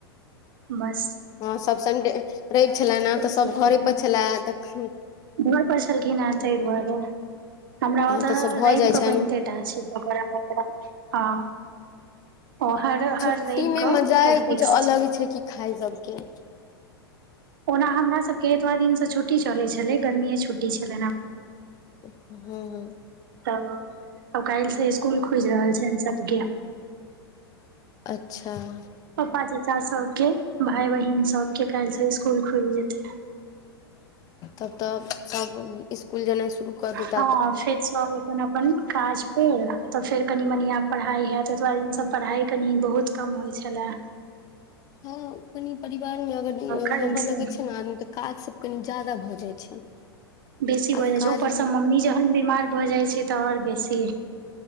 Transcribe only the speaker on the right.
बस
एहि
रहै।
घर पर छलखिन ए तहि दुआरे हमरा
ओत
रवि
क
बनिते टा छै पकौड़ा वकौड़ा हँ ओ हर
हर रवि कऽ
ओ फिक्स
ओना हमरा सबके एतबा दिनस छुट्टी चलै छलै गर्मीए छुट्टी छलै न
त अब काल्हि से स्कुल खुजि रहल छैन सबके
पप्पा चाचा सब के भाय बहिन सब के काइल से स्कूल खुल जेतै
हँ फेर सब अपन अपन काज पेर तऽ फेर कनि मनी आ पढ़ाई है ततो दिन त पढ़ाइ कनि बहुत कम होइ छलै
काल्हि से
बेसी
भऽ जाइ
छै ऊपरसँ
मम्मी जहन बीमार भऽ जाइ छै तऽ और बेसी